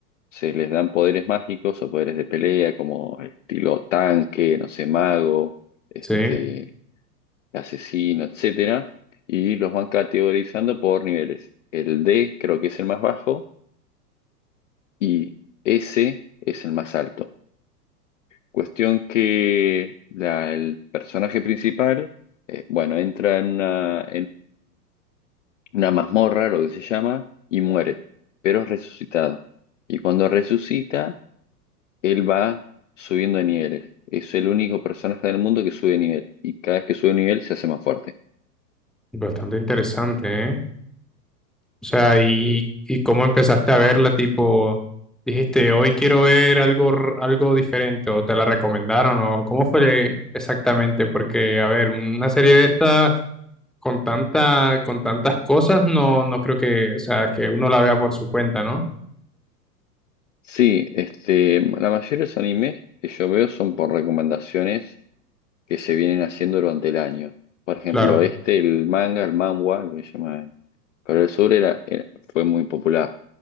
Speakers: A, on the left; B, in the centre.
A: se les dan poderes mágicos o poderes de pelea, como estilo tanque, no sé, mago, este,
B: Sí,
A: asesino, etcétera, y los van categorizando por niveles. El D creo que es el más bajo y S es el más alto. Cuestión que la- el personaje principal, eh, bueno, entra en una, una mazmorra, lo que se llama, y muere, pero es resucitado. Y cuando resucita, él va subiendo de niveles. Es el único personaje del mundo que sube de nivel. Y cada vez que sube de nivel se hace más fuerte.
B: bastante interesante, ¿eh? O sea, y,
A: Eh,
B: y cómo empezaste a verla, tipo, dijiste, hoy quiero ver algo, r- algo diferente, o te la recomendaron, o cómo fue exactamente, porque, a ver, una serie de estas con tanta, con tantas cosas, no, no creo que, o sea, que uno la vea por su cuenta, ¿no?
A: sí, este, la mayoría de los animes que yo veo son por recomendaciones que se vienen haciendo durante el año. Por ejemplo,
B: Claro,
A: este, el manga, el manhwa, lo que llaman Corea del Sur, era, era- fue muy popular.